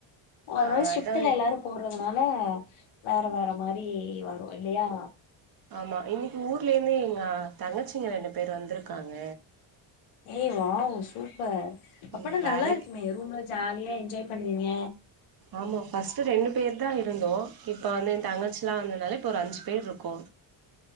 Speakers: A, on the left; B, on the right.
A: ஓ அத்னால்
B: ஆ
A: ஷிஃப்ட்டுல
B: அதா
A: எல்லாரூ போறதுனால வேற வேற மார் ரி வரூ இல்லியா
B: ஆமா இன்னிக்கு ஊர்லேந்து எங்க தங்கச்சிங்க ரெண்டு பேரு வந்திருக்காங்க
A: ஏய் வாவ் சூப்பர் அப்பனா
B: ம்
A: நல்லாருக்குமே
B: வேலைக்கு
A: ரூம்ல ஜாலியா என்ஜாய் பண்வீங்க
B: ஆமா ஃபஸ்ட்டு ரெண்டு பேரு தா இருந்தோ இப்ப வந்து எந்தங்கச்சுலா வந்து னால இப்ப ஒரு அஞ்சு பேர் இருக்கோ